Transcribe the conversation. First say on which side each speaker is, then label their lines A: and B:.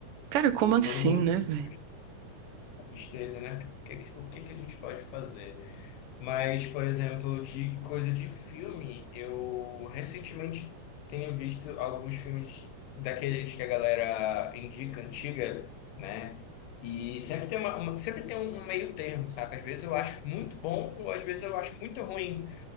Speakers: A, on the right; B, on the left.
A: Cara,
B: Tipo,
A: como assim,
B: todo mundo,
A: né, velho?
B: a tristeza, né? O que, o que que a gente pode fazer? Mas, por exemplo, de coisa de filme, eu recentemente tenho visto alguns filmes daqueles que a galera indica, antiga, né? E sempre tem uma, uma- sempre tem um meio termo, saca? Às vezes eu acho muito bom, ou às vezes eu acho muito ruim